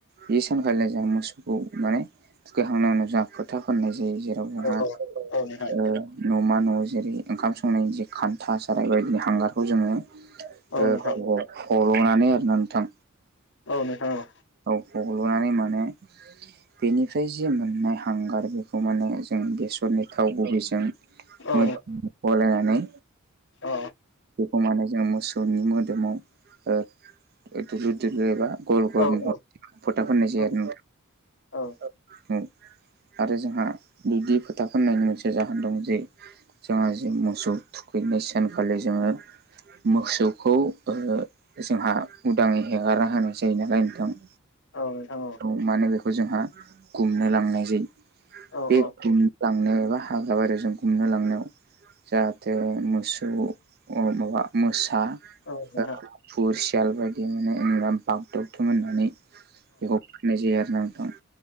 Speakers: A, on the right; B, on the left.
A: बे सानखालिनो जों मोसौखौ माने थुखैखांनाय उनाव जा फोथा फोननाय जायो जेराव जोंहा
B: औ औ
A: ओ
B: औ नोंथां
A: न'मा न' जेरै ओंखाम संनायनि जे खान्था साराय बायदि हांगारखौ जोङो
B: औ
A: ओ
B: नोंथां
A: ह हल'नानै आरोना नोंथां।
B: औ नोंथां औ।
A: औ हल'नानै मोने बेनिफ्राय जि मोननाय हांगार बेखौ माने ज जों बेसरनि थाव गुबैजों
B: औ
A: मोजां गलायनानै
B: अ
A: बेखौ माने जोङो मोसौनि मोदोमाव ओ दुलुर <unintelligible> एबा गल
B: औ-
A: गल महर
B: औ
A: फोथा फोननाय जायो
B: औ
A: आरो
B: -औ।
A: <unintelligible> जोंहा जि मोसौ थुखैनाय सानखालि जोङो मोसौखौ ओ जोंहा उदाङै हेगारा होनाय जायो नालाय नोंथां।
B: औ नोंथां औ।
A: औ मानोे बेखौ जोंहा गुमनो लांनाय जायो।
B: औ।
A: बे गुमनो लांनायाव एबा हाग्रा बारिजों गुमनो लांनायाव जाहाथे मोसौ अ माबा मोसा
B: औ औ नोंथां
A: ओ खुरसियाल बायदि माने <unintelligible> बागदथुम होननानै बेखौ होननाय जायो आरोना नोंथां।